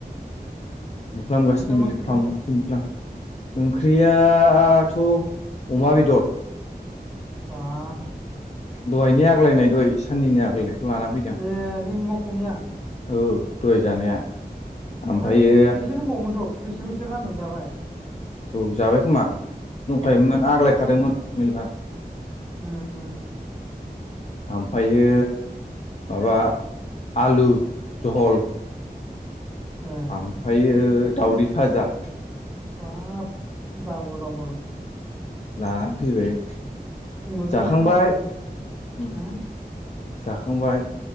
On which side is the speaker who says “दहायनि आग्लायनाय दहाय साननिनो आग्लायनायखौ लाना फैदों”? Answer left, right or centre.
Left